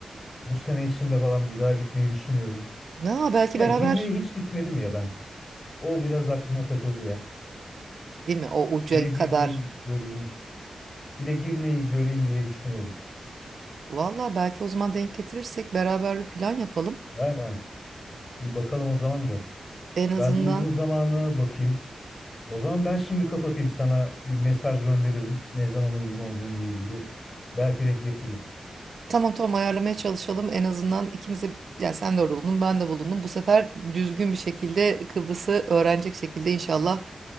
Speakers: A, on the left; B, on the right.
A: bu sene içinde falan bir daha gitmeyi düşünüyorum.
B: Na belki
A: Ya
B: beraber
A: Girne'ye hiç gitmedim ya ben. O biraz aklıma takıldı ya.
B: değil mi o uca
A: Bir de Girne'yi
B: kadar.
A: göreyim. Bir de Girne'yi göreyim diye düşünüyorum.
B: Valla belki o zaman denk getirirsek beraber bir plan yapalım.
A: Aynen. Bir bakalım o zaman da.
B: En azından
A: Ben uygun zamana bakayım. O zaman ben şimdi kapatayım sana bir mesaj gönderirim. Ne zaman uygun olduğumla ilgili. Belki denk getiririz.
B: Tamam tamam ayarlamaya çalışalım. En azından ikimiz de yani sen de orada bulundun ben de bulundum. Bu sefer düzgün bir şekilde Kıbrıs'ı öğrenecek şekilde inşallah